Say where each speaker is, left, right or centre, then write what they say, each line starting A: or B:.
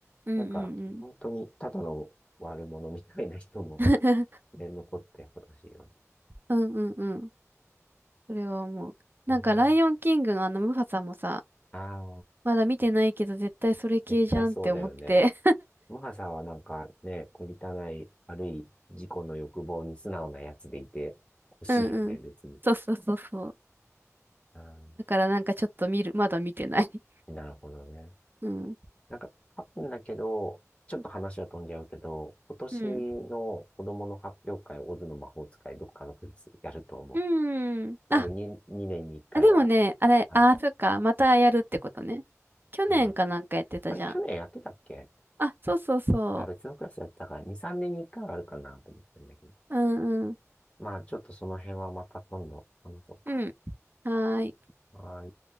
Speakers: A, on the right; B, on the left.
A: うんうんうん。
B: なんか、本当にただの悪者みたいな人も
A: <laughs>
B: <laughs> ね、残ってほしいよね。
A: うんうんうん。それは思う。なんかライオンキングのあのムファさんもさ、
B: うん、ああ、
A: まだ見てないけど絶対それ系じゃんって思って。
B: 絶対そうだよね。ムハさんはなんかね、こりたない悪い自己の欲望に素直なやつでいて欲しいよね、
A: <laughs> うんうん。
B: 別に。
A: そうそうそうそう。
B: うん、
A: だからなんかちょっと見る、まだ見てない。
B: なるほどね。
A: <laughs> うん。
B: なんか、多分だけど、ちょっと話は飛んじゃうけど、今年の子供の発表会、
A: うん。
B: オズの魔法使い、どっかのクラスやると思う。
A: うん。
B: 多分に2年に1回は
A: あ、あ、でもね、あれ、
B: ある。
A: あ、そっか、またやるってことね。去年かなんかやってたじゃん。
B: うん。あれ、去年やってたっけ
A: あ、そうそうそ
B: あ、別のクラスやってたから、2、3年に1回はあるかなと思ってるんだけど。
A: う。うんうん。
B: まあ、ちょっとその辺はまた今度話そうか。
A: うん。はーい。
B: はい。